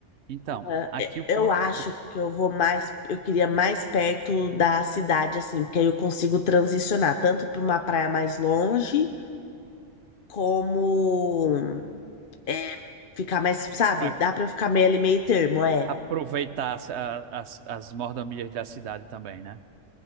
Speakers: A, on the right; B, on the left.
A: Então,
B: Ah,
A: aqui
B: é,
A: o
B: Eu
A: ponto,
B: acho que eu vou mais, eu queria mais perto da cidade, assim, porque aí eu consigo transicionar tanto para uma praia mais longe, como é, ficar mais, sabe?
A: para
B: Dá para eu ficar meio ali, meio termo, é.
A: aproveitar as, a- as, as mordomias da cidade também, né?